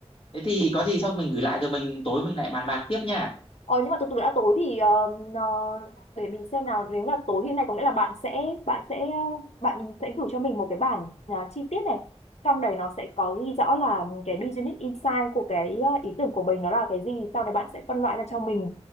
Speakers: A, on the left (about 55°); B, on the left (about 70°).
A: thế thì có gì sau mình gửi lại rồi mình tối mình lại bàn bạc tiếp nha
B: Ờ nhưng mà từ từ đã tối thì ờ, ờ, để mình xem nào nếu là tối thì này có nghĩa là bạn sẽ bạn sẽ ờ, bạn sẽ gửi cho mình một cái bản à, chi tiết này trong đấy nó sẽ có ghi rõ là cái business insight của cái ờ, ý tưởng của mình nó là cái gì sau đấy bạn sẽ phân loại ra cho mình